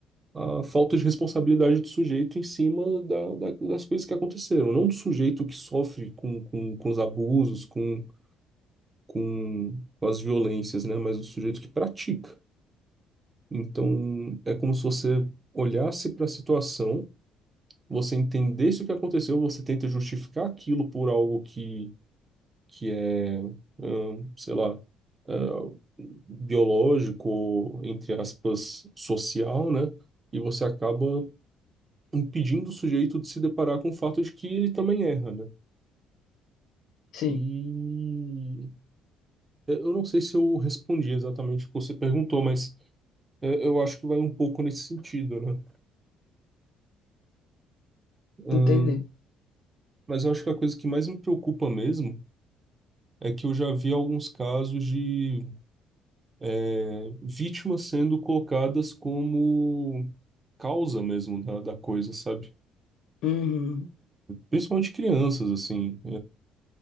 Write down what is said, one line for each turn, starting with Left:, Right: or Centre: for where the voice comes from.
Right: a falta de responsabilidade do sujeito em cima da, da- das coisas que aconteceram, não do sujeito que sofre com, com, com os abusos, com, com, com as violências, né? Mas do sujeito que pratica. Então, é como se você olhasse para a situação, você entendesse o que aconteceu, você tenta justificar aquilo por algo que, que é, ahn, sei lá, ah, biológico, entre aspas, social, né? E você acaba impedindo o sujeito de se deparar com o fato de que ele também erra, né?
Left: Sim,
Right: E eu não sei se eu respondi exatamente o que você perguntou, mas é, eu acho que vai um pouco nesse sentido, né?
Left: entendi.
Right: Ahn, mas eu acho que a coisa que mais me preocupa mesmo é que eu já vi alguns casos de é, vítimas sendo colocadas como causa mesmo da, da coisa, sabe?
Left: Uhum.
Right: Principalmente crianças, assim.